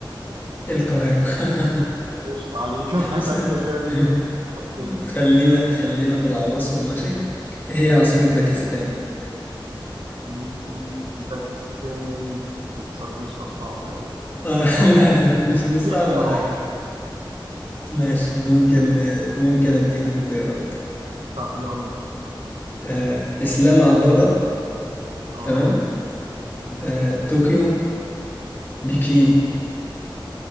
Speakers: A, on the left; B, on the right.
A: القاهرة <laughs>
B: قشطة عليك <laughs>
A: سنة.
B: ده انت جامد
A: <laughs>
B: اوكي
A: خلينا خلينا في العواصم ماشي إيه هي عاصمة باكستان
B: مم، باكستان انت سالتني سؤال صعب قوي
A: آه
B: عاصمه
A: <laughs> لا لا مش مش
B: في
A: صعب
B: اختيارات
A: ولا حاجة ماشي ممكن ممكن اديك اختيارات
B: طب يلا
A: آه اسلام اباضة
B: اه
A: تمام
B: مهم.
A: آه طوكيو بكين
B: مهم.